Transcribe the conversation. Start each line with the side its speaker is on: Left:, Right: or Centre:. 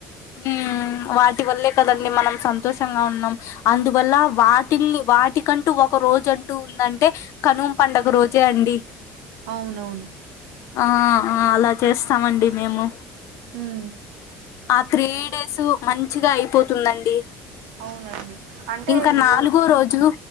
Left: ఉమ్ వాటి వల్లే కదండి మనం సంతోషంగా ఉన్నాం అందువల్ల వాటిని వాటి కంటూ ఒక రోజు అంటూ ఉందంటే కనుమ పండుగ రోజే అండి
Right: అవునవును
Left: ఆ ఆ అలా చేస్తామండి మేము
Right: హ్మ్
Left: ఆ త్రీ డేసు మంచిగా అయిపోతుందండి
Right: అవునండి అంటే
Left: ఇంకా
Right: మీరు
Left: నాలుగో రోజు